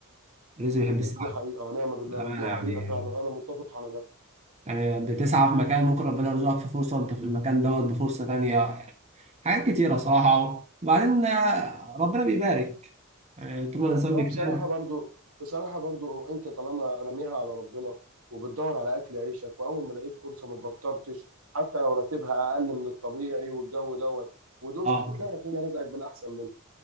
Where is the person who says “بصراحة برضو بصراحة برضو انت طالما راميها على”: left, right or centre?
Right